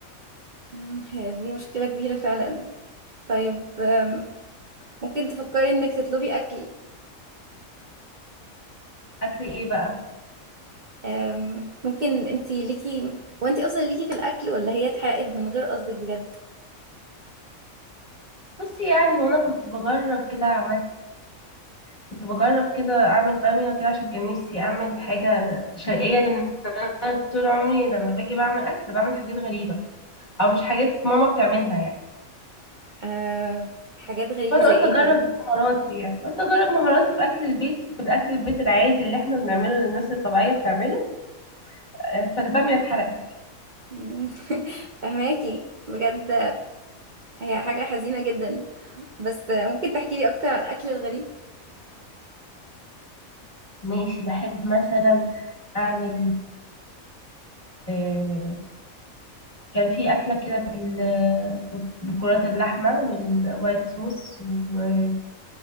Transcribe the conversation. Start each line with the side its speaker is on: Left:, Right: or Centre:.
Right: مم، هي دي مشكلة كبيرة فعلا طيب آم، ممكن تفكري انك تطلبي اكل
Left: اكل ايه بقى
Right: آم، ممكن انتي ليكي هو انتي اصلا ليكي في الاكل ولا هي اتحرقت من غير قصدك بجد
Left: بصي يعني وانا كنت بجرب كده عملت كنت بجرب كده اعمل باميه كده عشان كان نفسي اعمل حاجه شرقيه لان انا طول عمري لما باجي بعمل اكل بعمل حاجات غريبه او مش حاجات ماما بتعملها يعني
Right: آه حاجات غريبة
Left: فانا
Right: زي
Left: قلت
Right: ايه
Left: اجرب
Right: طيب
Left: مهاراتي يعني قلت اجرب مهاراتي في اكل البيت وفي الاكل البيت العادي اللي احنا بنعمله اللي الناس الطبيعيه بتعمله آه، فالباميه اتحرقت
Right: مم، <laughs> فهماكي بجد هي حاجة حزينة جدا بس آه، ممكن تحكي لي اكتر على الاكل الغريب
Left: ماشي بحب مثلا اعمل آه، كان في اكله كده بال- بكرات اللحمه والوايت صوص و-